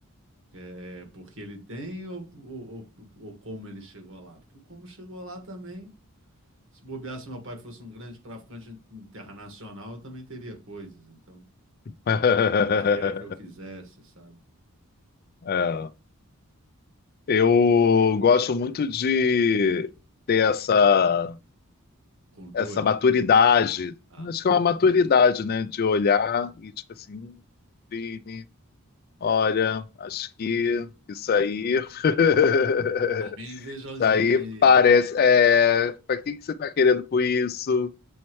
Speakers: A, on the right; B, on the left.
A: É é porque ele tem ou, ou, ou- ou como ele chegou lá? Porque o como chegou lá também, se bobear, se meu pai fosse um grande traficante internacional, eu também teria coisas. Então,
B: <laughs>
A: a carreira que eu quisesse, sabe?
B: É. Eu gosto muito de ter essa
A: Controle.
B: essa maturidade.
A: Ah,
B: Acho que é uma maturidade, né? De olhar e tipo assim, "Hum, Vini, olha, acho que isso aí. <laughs>
A: tá meio invejosinho
B: Isso aí
A: aí,
B: parece.
A: hein?
B: É, para que que você está querendo com isso? O